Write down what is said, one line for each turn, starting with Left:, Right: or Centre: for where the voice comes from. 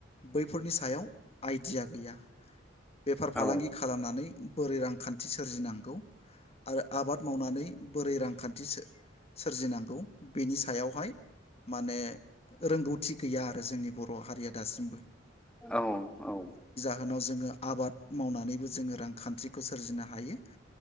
Left: बैफोरनि सायाव आइडिया गैया बेफार फालांगि
Centre: औ
Left: खालामनानै बोरै रांखान्थि सोरजिनांगौ आरो आबाद मावनानै बोरै रांखान्थि सोर-सोरजिनांगौ बेनि सायावहाय माने रोंगौथि गैया आरो जोंनि बर' हारिया दासिमबो
Centre: औ औ
Left: <unintelligible> जोङो आबाद मावनानैबो जोङो रां खानथिखौ सोरजिनो हायो